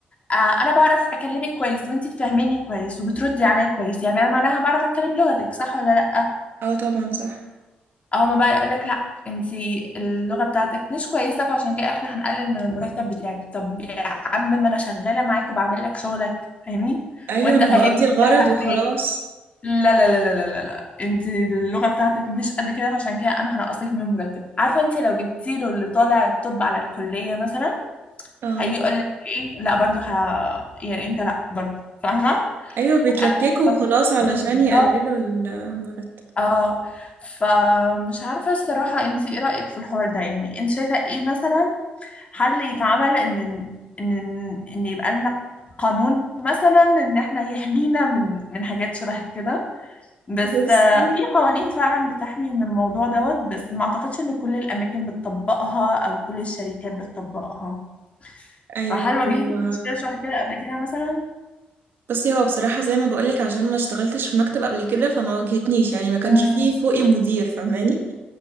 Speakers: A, on the left; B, on the right.
A: آه، انا بعرف اكلمك كويس وانتي فاهماني كويس وبتردي عليا كويس يعني انا معناها بعرف اتكلم لغتك صح ولا لا
B: اه طبعا صح
A: او ما بقى يقولك لا انتي اللغه بتاعتك مش كويسه فعشان كده احنا هنقلل من المرتب بتاعك طب يا عم ما انا شغاله معاك وبعمل لك شغلك فاهمني
B: ايوه
A: وانت
B: انا
A: فاهمني
B: بقضي الغرض
A: انا فاهماك
B: وخلاص
A: لا لا لا لا لا لا لا انتي اللغه بتاعتك مش قد كده فعشان كده انا هنقصك من المرتب عارفه انتي لو جبتي له اللي طالع الطب على الكليه مثلا
B: اه
A: هيجي يقول لك ايه لا برضه ه... يعني انت لا برضه فاهمه
B: ايوه بيتلككوا
A: آه،
B: وخلاص علشان
A: بالظبط
B: يقللوا المرتب
A: اه فمش عارفة الصراحة انت ايه رأيك في الحوار ده يعني انت شايفة ايه مثلا حل يتعمل ان ان ان إن يبقى لنا قانون مثلا ان احنا يحمينا من من حاجات شبه كده بس
B: بصي
A: آه، في قوانين فعلا بتحمي من الموضوع دوت بس ما اعتقدش ان كل الاماكن بتطبقها او كل الشركات بتطبقها
B: ايوه
A: فهل واجهتي
B: هو
A: مشكلة شبه كده قبل كده مثلا؟
B: بصي هو بصراحة زي ما بقولك عشان ما اشتغلتش في مكتب قبل كده فما واجهتنيش يعني ما كانش
A: مم.
B: فيه فوقي مدير فاهماني